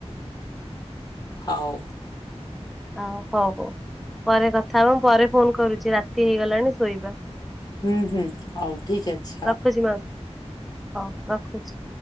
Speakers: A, on the left; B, in the centre.
A: ହଉ।
B: ଆ, ହଉ ହଉ ପରେ କଥା ହବ ମୁଁ ପରେ ଫୋନ୍ କରୁଚି, ରାତି ହେଇଗଲାଣି ଶୋଇବା।
A: ହୁଁ, ହୁଁ ହଉ ଠିକ ଅଛି ହଉ।
B: ରଖୁଛି ମାଉସୀ ହଉ ରଖୁଛି।